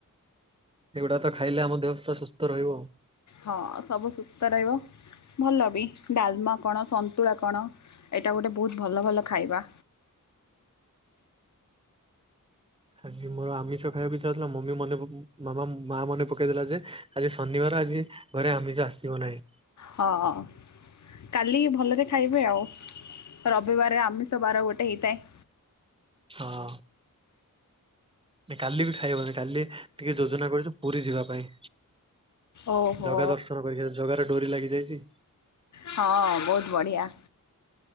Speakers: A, on the right; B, on the left.
A: ଏଇଗୁଡ଼ା ତ ଖାଇଲେ ଆମ ଦେହ ପୁରା ସୁସ୍ଥ ରହିବ ଆଉ।
B: ହଁ ସବୁ ସୁସ୍ଥ ରହିବ। ଭଲ ବି ଡାଲମା କଣ ସନ୍ତୁଳା କଣ ଏଇଟା ଗୋଟେ ବହୁତ୍ ଭଲ ଭଲ ଖାଇବା।
A: ଆଜି ମୋର ଆମିଷ ଖାଇବାକୁ ଇଛା ହଉଥିଲା ମମି ମନେ ପକ ମାମା ମା ମନେ ପକେଇଦେଲା ଯେ ଆଜି ଶନିବାର ଆଜି ଘରେ ଆମିସ ଆସିବ ନାହିଁ।
B: ହଁ। କାଲି ଭଲରେ ଖାଇବେ ଆଉ ରବିବାରେ ଆମିଷ ବାର ଗୋଟେ ହେଇଥାଏ।
A: ହଁ। କାଲି ବି ଖାଇବନି କାଲି ଟିକେ ଯୋଜନା କରୁଛୁ ପୁରୀ ଯିବା ପାଇଁ।
B: ଓହୋ
A: ଜଗା ଦର୍ଶନ କରିକି ଜଗାର ଡୋରି ଲାଗି ଯାଇଛି।
B: ହଁ ବହୁତ ବଢ଼ିଆ।